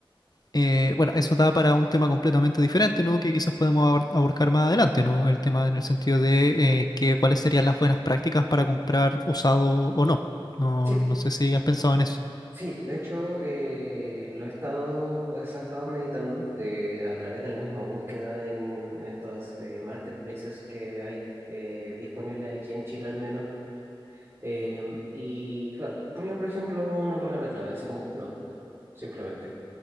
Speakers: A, on the left (about 45°); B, on the right (about 30°).
A: eh, bueno, eso da para un tema completamente diferente, ¿no? Que quizás podemos abor- abordar más adelante, ¿no? El tema en el sentido de eh, que cuáles serían las buenas prácticas para comprar usado o no. No,
B: Sí,
A: no sé si has pensado en eso.
B: Sí, de hecho, eh, lo he estado, eso he estado meditando eh, a través de la misma búsqueda en, en estos eh, marketplaces que hay eh, disponibles aquí en Chile al menos. Eh, y claro, ponía por ejemplo una palabra clave, así como notebook, simplemente.